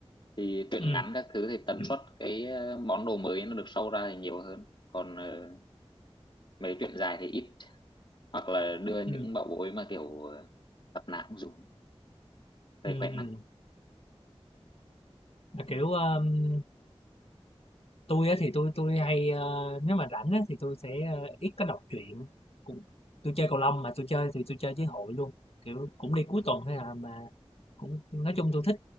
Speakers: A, on the left; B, on the left.
A: thì truyện
B: Ừm,
A: ngắn các thứ thì tần
B: Ừm.
A: suất cái ờ, món đồ mới nó được sâu ra thì nhiều hơn còn ờ, mấy truyện dài thì ít hoặc là đưa những
B: ừm,
A: bảo bối mà kiểu ờ, tập nào cũng dùng hơi
B: ừm,
A: quen
B: ừm.
A: mắt
B: Mà, kiểu, ờm, tui á thì tôi tôi hay, ơ, nếu mà rảnh á thì tôi sẽ, ơ, ít có đọc truyện, cũng tôi chơi cầu lông mà tôi chơi thì tôi chơi với hội luôn, kiểu, cũng đi cuối tuần thôi là mà cũng nói chung tôi thích